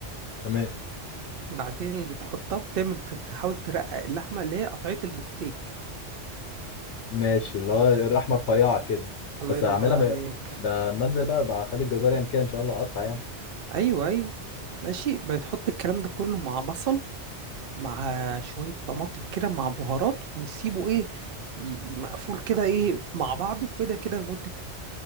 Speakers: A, on the left; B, on the right.
A: تمام
B: بعدين بتحطها وتعمل تحاول ترقق اللحمه اللي هي قطعيه البفتيك
A: ماشي اللي هو اللحمة رفيعة كده
B: الله
A: بس
B: ينور
A: هعملها
B: عليك
A: م... ده منزل بقى بقى اخلي الجزار يعمل كده مش انا اللي اقطع يعني
B: ايوه ايوه ماشي بتحط الكلام ده كله مع بصل مع شوية طماطم كده مع بهارات ونسيبه ايه ي- ي- مقفول كده ايه مع بعضه كده كده لمدة